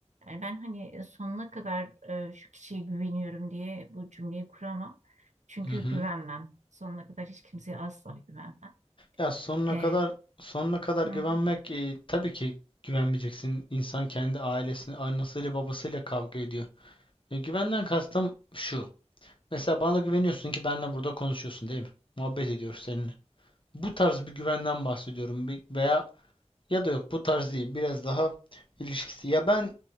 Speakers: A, on the right (about 85°); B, on the left (about 45°).
A: Yani ben hani e, sonuna kadar eee, şu kişiye güveniyorum diye bu cümleyi kuramam. Çünkü
B: Hı hı.
A: güvenmem. Sonuna kadar hiç kimseye asla güvenmem.
B: Ya sonuna
A: Eee,
B: kadar sonuna kadar
A: hı
B: güvenmek
A: hı.
B: e, tabii ki güvenmeyeceksin. İnsan kendi ailesini, annesiyle babasıyla kavga ediyor. E, güvenden kastım şu. Mesela bana güveniyorsun ki benle burada konuşuyorsun değil mi? Muhabbet ediyoruz seninle. Bu tarz bir güvenden bahsediyorum Bir- veya ya da yok bu tarz değil biraz daha ilişkisi. Ya ben